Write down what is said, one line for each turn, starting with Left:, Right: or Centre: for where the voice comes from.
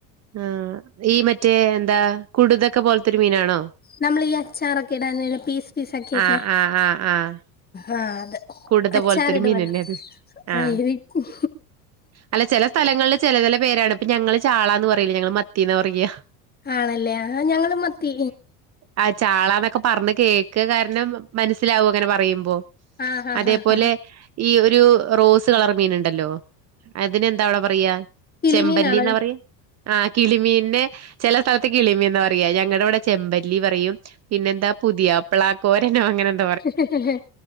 Right: ആഹ് ഈ മറ്റേ എന്താ കുടുതൊക്കെ പോലത്തെരു മീനാണോ
Left: നമ്മൾ ഈ അച്ചാറൊക്കെ ഇട പീസ് പീസാക്കിയൊക്കെ
Right: ആഹ് ആഹ് ആഹ് ആഹ്
Left: ആഹ് അത്
Right: കുടുത
Left: അച്ചാറിടുവല്ലോ
Right: പോലത്തൊരു മീനന്നെ അത് ആഹ്
Left: ആയ് വക്കും
Right: അല്ല ചില സ്ഥലങ്ങളിൽ ചില ചില പേരാണ് ഇപ്പൊ ഞങ്ങള് ചാളാന്ന് പറയില്ല ഞങ്ങള് മത്തിന്ന് പറയ
Left: ആണല്ലേ ആഹ് ഞങ്ങള് മത്തി
Right: ആഹ് ചാളന്നൊക്കെ പറഞ്ഞ കേക്ക കാരണം മനസ്സിലാവും അങ്ങനെ പറയുമ്പോ
Left: ആ ആ
Right: അതേപോലെ
Left: ആ ആ
Right: ഈ ഒരു റോസ് കളർ മീന് ഉണ്ടല്ലോ അതിനെന്താ അവിടെ പറയാ
Left: കിളിമീനാണോ
Right: ചെമ്പല്ലി ന്നാ പറി ആഹ് കിളിമീനെ ചില സ കിളിമീന്നാ പറയാ ഞങ്ങളുടെ ഇവിടെ ചെമ്പല്ലി പറയും പിന്നെന്താ പുതിയാപ്ല ക്കോരനോ അങ്ങനെന്ത
Left: ഹേ ഹേ ഹേ